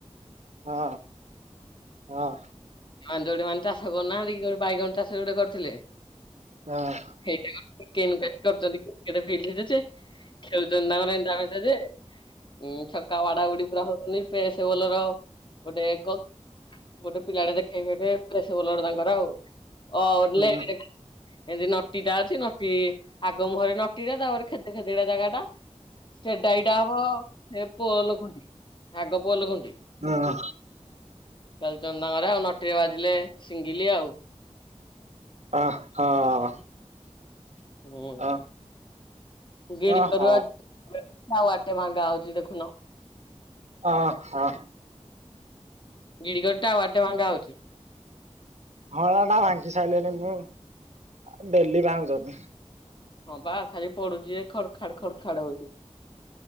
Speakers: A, on the right; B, on the left.
A: ହଁ ହଁ।
B: ଏମାନେ ଯୋଉଠି ମାନେ ତ ଚାଷ କରୁନାହାଁନ୍ତି କି, ଯୋଉଠି ବାଇଗଣ ଚାଷ ଯୋଉଠି କରୁଥିଲେ
A: ହଁ।
B: ହେଇଟା ବା <unintelligible> କ୍ରିକେଟ ଫିଲ୍ଡରେ ଯେ ଖେଳୁଛନ୍ତି ତାଙ୍କର ଏ <unintelligible> ବୟସରେ? ଉଁ ଛକା ବାଡା ବୁଡି ପୁରା ହଉଛନ୍ତି। ଫ୍ରେସ୍ ବୋଲର ଗୋଟେ ଗ ଗୋଟେ ପିଲାଟେ ଦେଖେଇବି ହେଇଟି ଫ୍ରେସ୍ ବୋଲର ତାଙ୍କର ଆଉ। ଅ
A: ହୁଁ
B: <unintelligible> ଏନ୍ତି ନଟି ଟା ଅଛି ନଟି ଆଗ ମୁହଁରେ ନଟିଟା ତାପରେ ଖେଦ ଖେଦଡିଆ ଜାଗାଟା ଷ୍ଟେଟ ଡାଇଟା ହବ, ହେ ପୋଲ୍ ଖୁଣ୍ଟି। ଆଗ ପୋଲ୍ ଖୁଣ୍ଟି।
A: ହଁ।
B: ଚାଲିଚନ୍ତି ତାଙ୍କର ଆଉ। ନଟେରି ବାଜିଲେ ସିଙ୍ଗିଲି ଆଉ।
A: ଅ ହଁ।
B: ହୁଁ,
A: ଅ
B: ଗିଡ଼
A: ଅ
B: କରୁଆ
A: ହ
B: ଆଉ ଆଟେ ଭାଙ୍ଗା ହଉଛି ଦେଖୁନ?
A: ଅ ହଁ।
B: ଗିଡ଼ିଗଡଟାଉ <unintelligible> ହଉଛି?
A: ହଁଳା ଟା ଭାଙ୍ଗି ସାଇଲେଣି ମୁଁ, ଆ ଡେଲି ଭାଙ୍ଗୁସନ୍ତି।
B: ହଁ ବା ଖାଲି ପଡୁଛି ଯେ ଖଡ ଖାଡ ଖଡ ଖାଡ ହଉଛି।